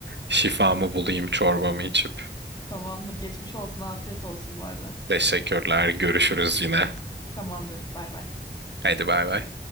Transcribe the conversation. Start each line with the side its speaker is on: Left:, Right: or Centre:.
Right: şifamı bulayım çorbamı içip.
Left: Tamamdır, geçmiş olsun. Afiyet olsun bu arada.
Right: Teşekkürler. Görüşürüz yine.
Left: Tamamdır. Bay bay.
Right: Haydi bay bay.